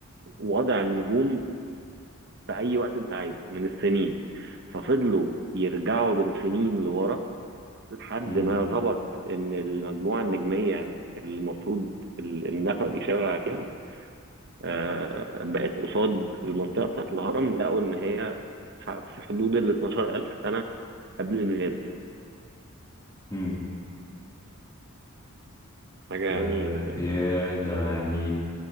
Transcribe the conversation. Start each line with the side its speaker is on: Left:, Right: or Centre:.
Right: وضع النجوم في اي وقت انت عايزه من السنين ففضلوا يرجعوا بالسنين لورا لحد
Left: مم.
Right: ما ظبط ان المجموعه النجميه المفروض ال- النفق بيشاور عليها آه، بقت قصاد المنطقه بتاعت الهرم لقوا ان هي ح- في حدود ال 12000 سنه قبل الميلاد
Left: مم.
Right: حاجه يعني
Left: ده ياه ده يعني